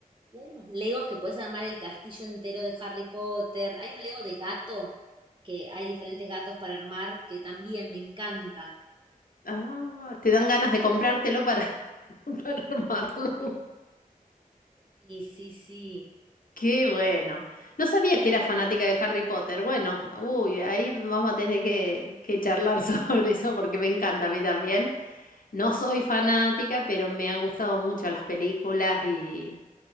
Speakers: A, on the right; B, on the left.
A: y hay unos Legos que puedes armar el castillo entero de Harry Potter. Hay un Lego de gato, que hay diferentes gatos para armar, que también me encantan.
B: Ah, te dan ganas de comprártelo para, <laughs> para armarlo.
A: Sí, sí, sí.
B: Qué bueno. No sabía que era fanática de Harry Potter. Bueno, uy, ahí vamos a tener que, que charlar <laughs> sobre eso porque me encanta a mí también. No soy fanática, pero me han gustado mucho las películas y,